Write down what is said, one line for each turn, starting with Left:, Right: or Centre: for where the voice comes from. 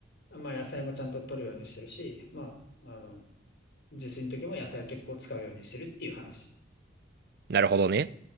Left: まあ、野菜もちゃんと取るようにしてるし、まあ、あの、自炊の時も野菜を結構使うようにしてるっていう話。
Right: う、なるほどね。